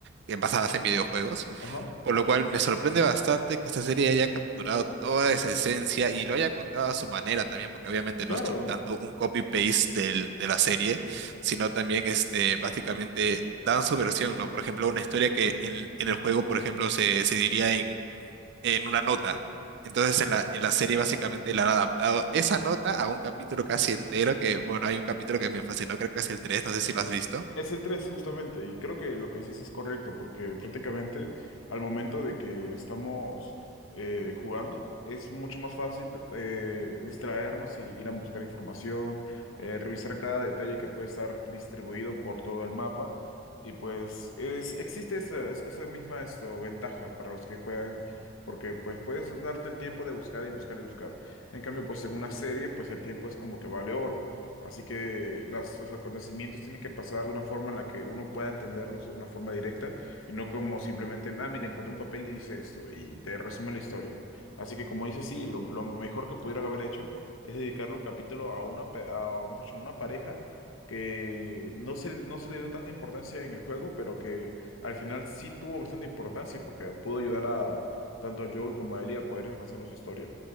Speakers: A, on the right; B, on the left.
A: que basadas en videojuegos,
B: Ajá,
A: por lo cual me sorprende bastante que esta serie haya capturado toda esa esencia y lo haya contado a su manera también, porque obviamente
B: claro.
A: no es to- tanto un copy-paste del, de la serie, sino también este, básicamente dan su versión, ¿no? Por ejemplo, una historia que en, en el juego, por ejemplo, se, se diría en en una nota. Entonces en la, en la serie básicamente le han adaptado esa nota a un capítulo casi entero, que bueno, hay un capítulo que me fascinó, creo que es el 3 no sé si lo has visto.
B: Es el 3 justamente, y creo que lo que dices es correcto, porque prácticamente al momento de que estamos eh, jugando, es mucho más fácil eh, distraernos y ir a buscar información, eh,
A: Ujú.
B: revisar cada detalle que puede estar distribuido por todo el mapa, y pues es- existe esa, es- esa misma esto, ventaja para los que juegan, porque pues puedes darte el tiempo de buscar y buscar y buscar. En cambio, pues en una serie, pues el tiempo es como que vale oro. Así que las, los acontecimientos tienen que pasar de una forma en la que uno pueda entenderlos de una forma directa y no como simplemente, ah, mira, encontré un papel y dice esto y te resume la historia. Así que como dice, sí, lo, lo mejor que pudiera haber hecho es dedicarle un capítulo a una, pe- a, mejor dicho, a una pareja que no se, no se le dio tanta importancia en el juego, pero que al final sí tuvo bastante importancia porque pudo ayudar a tanto a Joel como a Ellie a poder avanzar en su historia.